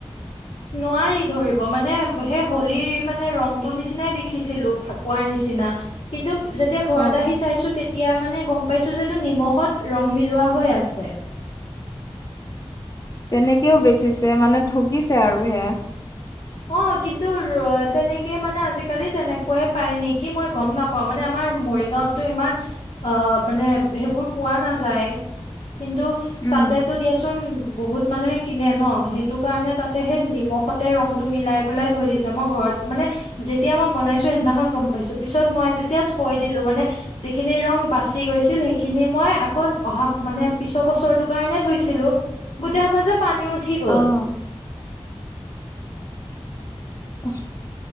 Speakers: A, on the left (about 70°); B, on the left (about 35°).
A: নোৱাৰি ধৰিব মানে সে হলিৰ মানে ৰংটো নিচিনাই দেখিছিলো, ফাকুৱাৰ নিচিনা। কিন্তু যেতিয়া ঘৰত
B: অ'
A: আহি চাইছোঁ, তেতিয়া মানে, গম পাইছো যে এইটো নিমখত ৰং মিলোৱা হৈ আছেঁ।
B: তেনেকেওঁ বেচিছে মানে ঠগিছে আৰু সেয়া।
A: অ', কিন্তু তেনেকে মানে, আজিকালি তেনেকুৱাই পায় নেকি মই গম নাপাওঁ। প মানে, আমাৰ মৰিগাঁওতটো ইমান অ', মানে সেইবোৰ পোৱা নাযায়। কিন্তু
B: উম
A: তাতেটো দিয়াচোন বহুত মানুহে কিনে ন, সেইটো কাৰণে তাতে সেই নিমখতে ৰং টো মিলাই পেলাই থৈ দিছে মই ঘৰত মানে যেতিয়া মই বনাইছো সেইদিনাখন গম পাইছোঁ। পিছত মই যেতিয়া থৈ দিলো মানে যিখিনি ৰং বাচি গৈছিল সেইখিনি মই আকৌ অহা মানে, পিছৰ বছৰটোৰ কাৰণে থৈছিলোঁ। গোটেই সোপা যে পানী উঠি গ'ল।
B: অ' অ',